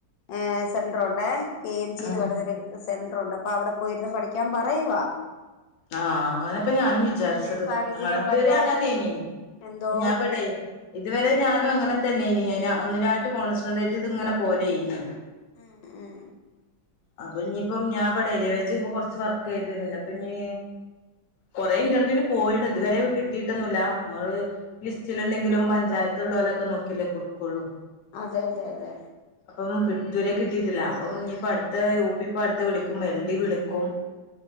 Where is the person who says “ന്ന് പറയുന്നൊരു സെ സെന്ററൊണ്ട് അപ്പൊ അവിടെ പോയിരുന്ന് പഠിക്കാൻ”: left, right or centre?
Left